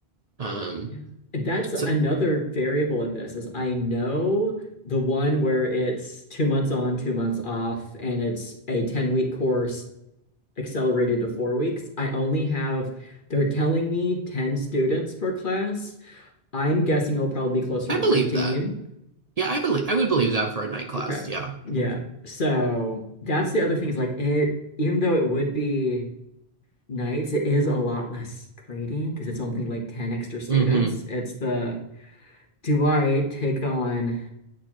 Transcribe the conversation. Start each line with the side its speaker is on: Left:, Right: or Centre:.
Right: um,
Left: Yeah. That's
Right: so
Left: another variable in this is I know the one where it's two months on, two months off, and it's a 10 week course accelerated to four weeks. I only have, they're telling me 10 students per class. I'm guessing it'll probably be closer
Right: I
Left: to
Right: believe
Left: 15.
Right: that. Yeah, I believe I would believe that for a night class.
Left: Okay.
Right: Yeah.
Left: Yeah. So that's the other thing is like it, even though it would be nights, it is a lot less grading because it's only like 10 extra students.
Right: hmm
Left: It's the do I take on